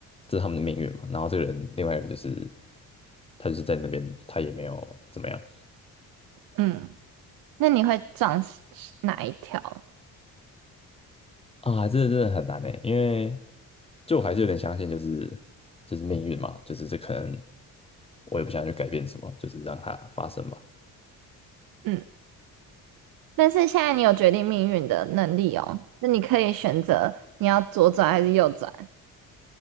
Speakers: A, on the left (about 15°); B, on the right (about 65°).
A: 这是他们的命运嘛，然后这个人另外一个人就是他就是在那边，他也没有怎么样，
B: 嗯，那你会撞是是哪一条？
A: 啊，这真的很难诶，因为就我还是有点相信，就是就是命运嘛，就是这可能我也不想去改变什么，就是让它发生吧。
B: 嗯。但是现在你有决定命运的能力哦，那你可以选择你要左转还是右转。